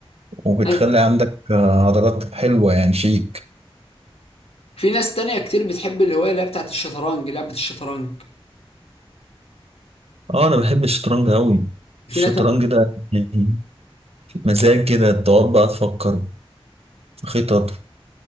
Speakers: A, on the right (about 80°); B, on the left (about 75°).
A: وبتخلي
B: أيوة.
A: عندك آه، عضلات حلوة يعني شيء
B: في ناس تانية كتير بتحب الهوايه اللي هي بتاعت الشطرنج لعبه الشطرنج
A: اه انا بحب الشطرنج قوي
B: في
A: الشطرنج
B: ناس
A: ده يعني مزاج كده تقعد بقى تفكر في خطط